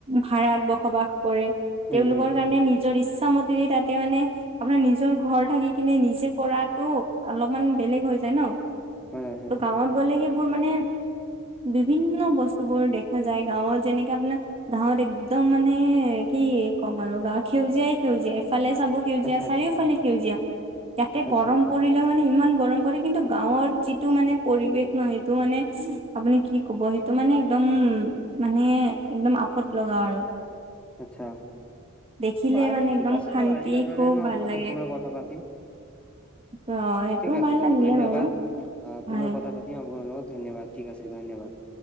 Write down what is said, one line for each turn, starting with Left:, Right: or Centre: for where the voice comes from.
Right: ভাৰাত বসবাস কৰে তেওঁলোকৰ
Centre: উম, উম,
Right: কাৰণে নিজৰ ইচ্ছামত <unintelligible> তাতে মানে আপোনাৰ নিজৰ ঘৰ থাকি কিনে নিজে কৰাটো অলপমান বেলেগ হৈ যায় ন,
Centre: হয়, হয়,
Right: ত' গাঁৱত গ'লে সি বোৰ মানে বিভিন্ন বস্তু বোৰ দেখা যায় গাঁৱত যেনেকে আপোনাৰ গাঁৱত একদম মানে কি ক'ম আৰু গাঁৱত সেউজীয়াই সেউজীয়া এফালে চাব সেউজীয়া
Centre: আচ্ছা,
Right: চাৰিওফালে
Centre: আচ্ছা,
Right: সেউজীয়া, ইয়াতে
Centre: আচ্ছা।
Right: গৰম পৰ ও মানে ইমান গৰম পৰে, কিন্তু গাঁৱত যিটো মানে পৰিবেশ নহ সেইটো মানে আপুনি কি ক'ব সেই ত মানে একদম মানে একদম আফত লগা আৰু।
Centre: আচ্ছা
Right: দেখিলে
Centre: বাৰু
Right: মানে
Centre: ঠিক
Right: একদম
Centre: আছে
Right: শান্তি
Centre: দিয়ক আজিৰ কাৰণে
Right: খুব
Centre: ন
Right: ভাল
Centre: আকৌ
Right: লাগে।
Centre: পুনৰ কথা পাতিম
Right: অ সেইটো
Centre: ঠিক আছে
Right: ভাল
Centre: দিয়ক
Right: লাগিলে
Centre: ধন্যবাদ,
Right: বাৰু
Centre: আহ
Right: হয়
Centre: পুনৰ কথা পাতিম আপোনাৰ লগত ধন্যবাদ ঠিক আছে ধন্যবাদ।